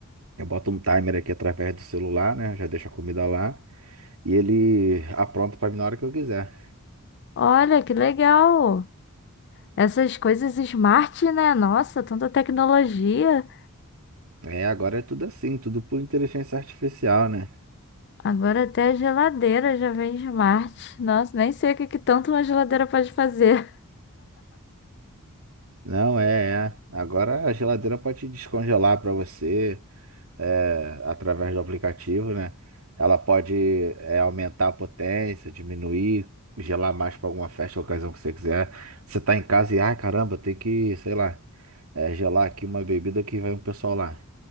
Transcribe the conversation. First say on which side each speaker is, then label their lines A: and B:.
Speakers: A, on the right; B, on the left.
A: Eu boto um timer aqui através do celular, né? Já deixo a comida lá e ele apronta pra mim na hora que eu quiser.
B: Olha, que legal. Essas coisas smart, né? Nossa, tanta tecnologia.
A: É, agora é tudo assim, tudo por inteligência artificial, né?
B: Agora até a geladeira já vem smart. Nossa, nem sei o que que tanto uma geladeira pode fazer.
A: Não, é, é. Agora a geladeira pode descongelar pra você. é, através do aplicativo, né? Ela pode é, aumentar a potência, diminuir, gelar mais para alguma festa, ocasião que você quiser. Você tá em casa e, ai caramba, tem que, sei lá, é, gelar aqui uma bebida que vai um pessoal lá.